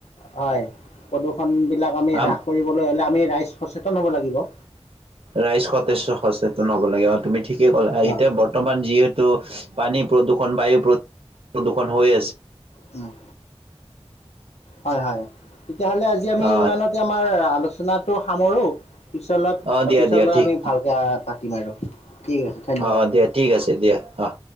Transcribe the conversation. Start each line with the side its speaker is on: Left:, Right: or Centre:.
Left: হয়। প্ৰদূষন বিলাক আমি
Right: আম
Left: হ্ৰাস কৰিবলৈ হলে আমি ৰাইজ সচেতন হব লাগিব।
Right: ৰাইজ সতেজ সচেতন হ'ব লাগে তুমি ঠিকেই কলা
Left: অ
Right: এতিয়া বৰ্তমান যিহে তু পানী প্ৰদূৰষণ বায়ু প্ৰদূষণ হৈ আছে।
Left: উম। হয় হয় তেতিয়াহ'লে আজি আজি আমি
Right: অ
Left: ইমানতে আমাৰ আলোচনাটো সামৰো পিছলে
Right: অ দিয়া
Left: পিছলে
Right: দিয়া ঠিক
Left: আমি ভাল এতিয়া পাতিম আৰু ঠিক আছে। ধন্যবাদ
Right: অ', দিয়া ঠিক আছে দিয়া অ'।